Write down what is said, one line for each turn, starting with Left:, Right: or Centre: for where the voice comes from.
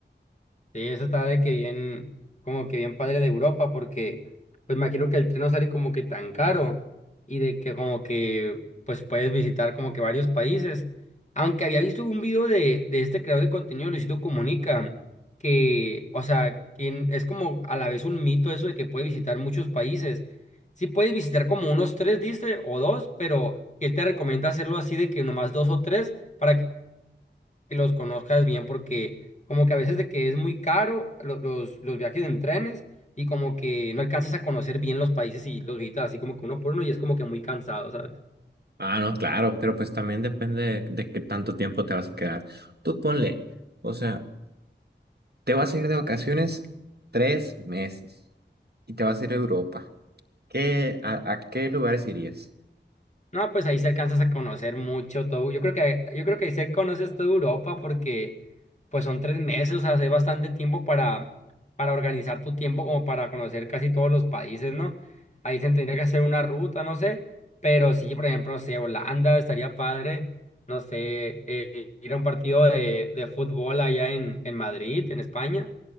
Left: Sí, eso está de que bien, como que bien padre de Europa, porque pues me imagino que el tren no sale como que tan caro y de que como que pues puedes visitar como que varios países. Aunque había visto un video de, de este creador de contenido, Luisito Comunica, que, o sea, quien es como a la vez un mito eso de que puedes visitar muchos países. Sí puedes visitar como unos tres, dice, o dos, pero que él te recomienda hacerlo así de que nomás dos o tres para que los conozcas bien porque como que a veces de que es muy caro lo- los, los viajes en trenes y como que no alcanzas a conocer bien los países y los visitas así como que uno por uno y es como que muy cansado, ¿sabes?
Right: Ah, no, claro, pero pues también depende de, de qué tanto tiempo te vas a quedar. Tú ponle, o sea, te vas a ir de vacaciones tres meses y te vas a ir a Europa. ¿Qué, a, a qué lugares irías?
Left: No, pues ahí se alcanzas a conocer mucho todo. Yo creo que yo creo que ahí se conoces toda Europa porque pues son tres meses, o sea, hace bastante tiempo para, para organizar tu tiempo como para conocer casi todos los países, ¿no? Ahí se tendría que hacer una ruta, no sé, pero sí, por ejemplo, no sé, Holanda estaría padre, no sé, eh, ir a un partido de, de fútbol allá en, en Madrid, en España,